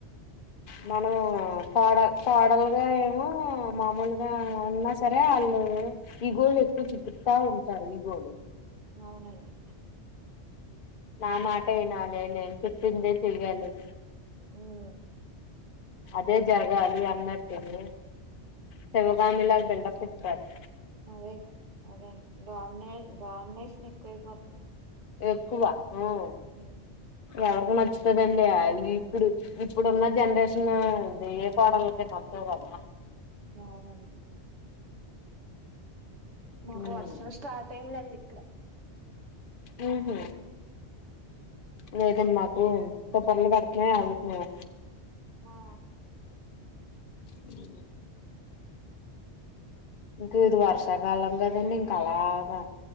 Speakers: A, on the left (about 50°); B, on the right (about 75°).
A: మనము కోడల్ కోడలుగా ఏమో మామూలుగా ఉన్నా సరే ఆళ్ళు ఈగోలు ఎక్కువ చూపితా ఉంటారు ఈగోలు
B: అవునండి
A: నా మాట వినాలి నేను చెప్పిందే చేయాలి.
B: ఉహుహ్
A: అదే జరగాలి అన్నట్టుంది. శివగామిలాగ బెల్డప్ ఇస్తాద్
B: అదే అదేండి డామినే డామినేషన్ ఎక్కువైపోతుదాడ్
A: ఎక్కువ ఉహ్
B: ఏ
A: ఎవరికి నచ్చుతుందండి అది ఇప్పుడు ఇప్పుడున్న జనరేషన్ ఇది ఏ కోడలకే నచ్చావు గదా.
B: నవునన్ మాకు
A: ఉమ్
B: వర్షం స్టార్ట్ అయిందండి ఇక్కడ
A: ఉహుహ్ లేదంన్ మాకు పుపర్లు కడుతున్నాయ ఆగుతున్నాయన్
B: మా
A: అ ఇంక్ ఇది వర్షాకాలం కదండి ఇంక అలాగా